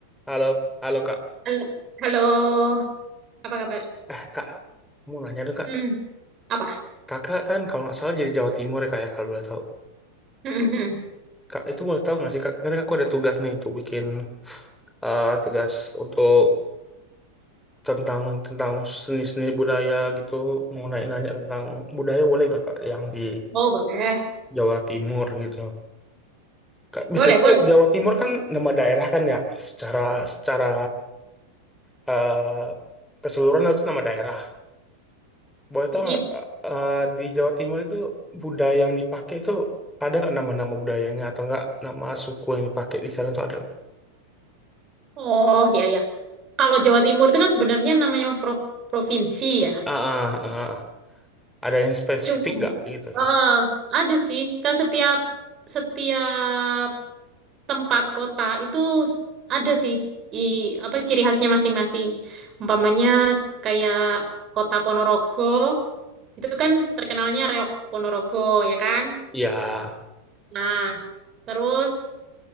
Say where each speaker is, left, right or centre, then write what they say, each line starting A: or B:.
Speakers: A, in the centre; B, on the right.
A: Halo, halo Kak.
B: Hal- Halo, apa kabar?
A: Eh Kak, mau nanya dong Kak.
B: Hmm, apa?
A: Kakak kan kalau nggak salah jadi Jawa Timur ya Kak ya kalau boleh tahu.
B: Hmm, hmm, hmm.
A: Kak itu boleh tahu nggak sih Kak? Karena aku ada tugas nih untuk bikin eh, tugas untuk tentang tentang seni-seni budaya gitu. Mau nanya-nanya tentang budaya boleh nggak Kak yang di
B: Oh, boleh.
A: Jawa Timur gitu. Kak, bisa
B: Boleh,
A: tuh
B: boleh.
A: Jawa Timur kan nama daerah kan ya. Secara secara eh, keseluruhan itu nama daerah. Boleh tau
B: I-
A: nggak
B: i-
A: eh, eh, di Jawa Timur itu budaya yang dipakai itu ada nggak nama-nama budayanya atau nggak nama suku yang dipakai di sana tuh ada nggak?
B: Oh, ya, ya. Kalau Jawa Timur itu kan sebenarnya namanya pro- provinsi ya.
A: Ah, ah, ah, ah. ada yang spesifik
B: Cuma,
A: nggak gitu?
B: eh,
A: Maksud-
B: ada sih. Kan setiap setiap tempat kota itu ada sih i, apa ciri khasnya masing-masing. Umpamanya kayak kota Ponorogo itu kan terkenalnya reok Ponorogo ya kan?
A: Ya,
B: Nah, terus